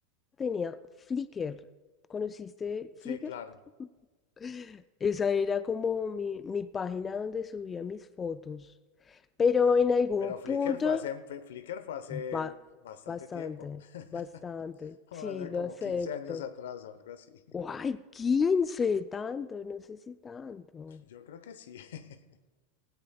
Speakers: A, on the left; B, on the left.
A: tenía Flickr. ¿Conociste Flickr?
B: Sí, claro.
A: <laughs> Esa era como mi, mi página donde subía mis fotos. Pero en algún
B: Pero Flickr
A: punto,
B: fue hace, fue- Flickr fue hace
A: ba-
B: bastante
A: bastante,
B: tiempo. <laughs>
A: bastante.
B: hablando
A: Sí,
B: de
A: lo
B: como
A: acepto.
B: 15 años atrás o algo así.
A: ¡Guay! 15, tanto, no sé si tanto.
B: Yo creo que sí. <laughs>